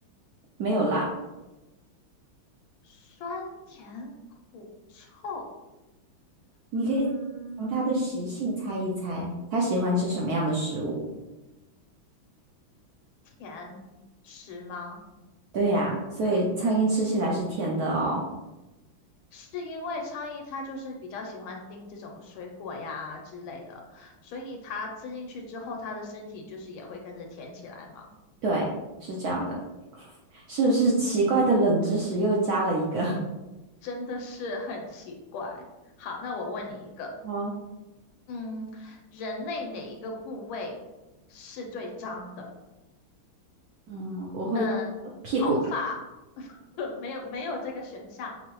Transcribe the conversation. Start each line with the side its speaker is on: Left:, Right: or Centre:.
Right: 没有辣。
Left: 酸甜苦臭，
Right: 你可以从它的习性猜一猜，
Left: 嗯，
Right: 它喜欢吃什么样的食物。
Left: 甜，食吗？
Right: 对呀，所以苍蝇吃起来是甜的哦。
Left: 是因为苍蝇它就是比较喜欢叮这种水果呀之类的，所以它吃进去之后，它的身体就是也会跟着甜起来嘛，
Right: 对，是这样的，是不是奇怪的冷知识又加了一个？
Left: 真的是很奇怪。好，那我问你一个，
Right: 哦，
Left: 嗯，人类哪一个部位是最脏的？
Right: 嗯，我会
Left: 呃，
Right: 屁股
Left: 头发，<laughs> 没有没有这个选项，